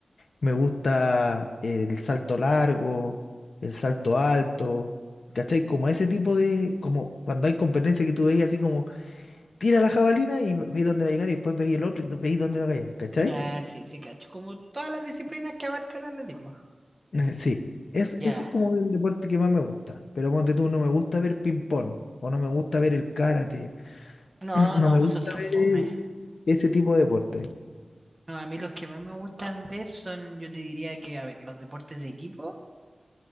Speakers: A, on the left; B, on the right.
A: Me gusta el salto largo, el salto alto. ¿Cachai? Como ese tipo de, como cuando hay competencia que tú veis así como, tira la jabalina y veis dónde va a llegar y después veis el otro y tú veis dónde va a caer. ¿Cachai?
B: Ya, sí, sí, cacho. Como todas las disciplinas que abarca el atletismo.
A: Eh, <laughs> Sí, es,
B: Ya.
A: eso es como el deporte que más me gusta. Pero ponte tú, no me gusta ver ping-pong o no me gusta ver el karate.
B: No,
A: <clears throat> No
B: no,
A: me
B: pues
A: gusta
B: esos son
A: ver.
B: fome.
A: eh, Ese tipo de deporte.
B: No, a mí los que más me gustan ver son, yo te diría que, a ver, los deportes de equipo,